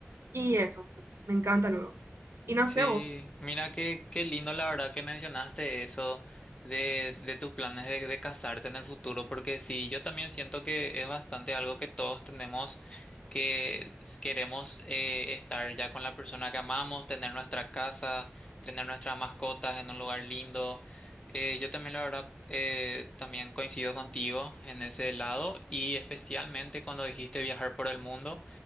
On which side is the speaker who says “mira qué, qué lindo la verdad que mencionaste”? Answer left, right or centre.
Left